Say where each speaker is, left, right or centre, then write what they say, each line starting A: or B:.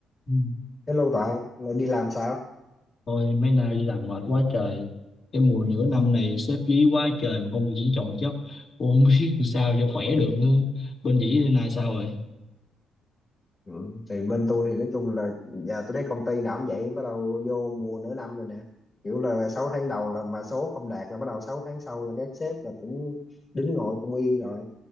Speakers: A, on the left; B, on the left.
A: Ừ.
B: Hello Toàn, ngày đi làm sao?
A: Thôi mấy nay đi làm mệt quá trời Cái mùa nửa năm này xếp dí quá trời Mà công việc cũng chồng chất Cũng không biết làm sao cho khỏe được nữa Bên dĩ bên này sao rồi
B: Ừ. Thì bên tôi thì nói chung là giờ tôi thấy công ty nào cũng vậy, bắt đầu vô mùa nửa năm rồi nè. Kiểu là 6 tháng đầu là mà số không đạt là bắt đầu 6 tháng sau là các sếp là cũng đứng ngồi không yên rồi.